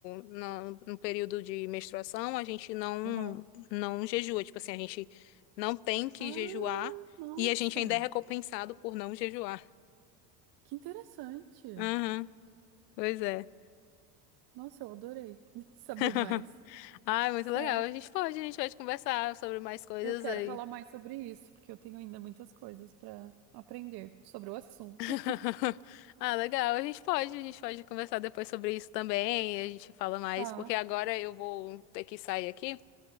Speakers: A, on the left (about 80°); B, on the right (about 50°).
A: na- no, período de menstruação, a gente não
B: Aham.
A: não jejua, tipo assim, a gente não tem que
B: Ah,
A: jejuar
B: nossa,
A: e a gente ainda é recompensado por não jejuar.
B: que interessante.
A: Aham, pois é.
B: Nossa, eu adorei <laughs> saber
A: <laughs>
B: mais.
A: Ai, muito
B: Sério.
A: legal. A gente pode, a gente pode conversar sobre mais coisas
B: Eu quero
A: aí.
B: falar mais sobre isso, porque eu tenho ainda muitas coisas pra aprender sobre o assunto.
A: <laughs> Ah, legal. A gente pode, a gente pode conversar depois sobre isso também. A gente fala mais,
B: Tá,
A: porque agora eu vou ter que sair aqui.